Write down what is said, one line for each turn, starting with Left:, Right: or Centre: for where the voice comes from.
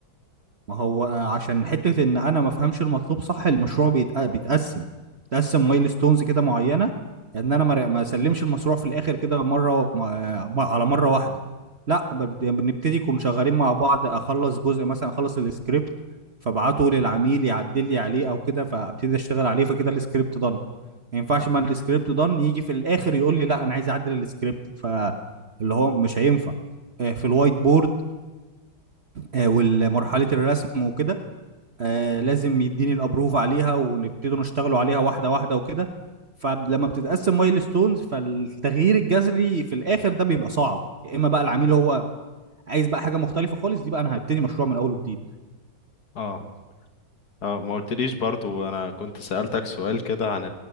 Right: ما هو عشان حتة ان انا ما افهمش المطلوب صح المشروع بيتق- بيتقسم بيتقسم مايل ستونز كده معينة ان انا ما ما اسلمش المشروع في الاخر كده مرة ما- ما- على مرة واحدة لا ب- بنبتدي نكون شغالين مع بعض اخلص جزء مثلا اخلص السكريبت فابعته للعميل يعدل لي عليه او كده فابتدي اشتغل عليه فكده السكريبت دان ما ينفعش
Left: اه
Right: ما السكريبت دان يجي في الاخر يقول لي لا انا عايز اعدل السكريبت فاللي هو مش هينفع آه، في الوايت بورد آه، والمرحلة الرسم وكده آه لازم يديني الابروف عليها ونبتدوا نشتغلوا عليها واحده واحده وكده فلما بتتقسم مايل ستونز فالتغيير الجذري في الاخر ده بيبقى صعب يا اما بقى العميل هو عايز بقى حاجه مختلفه خالص دي بقى انا هبتدي مشروع من اول وجديد
Left: اه اه ما قلتليش برضو انا كنت سألتك سؤال كده عن